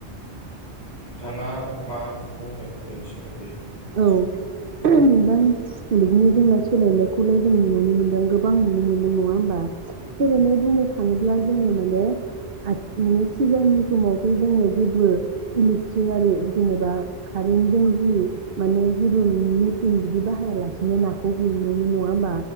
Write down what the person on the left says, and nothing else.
<inaudible> नोंथांङा मा बुंगोन बेनिसिम सोमोन्दै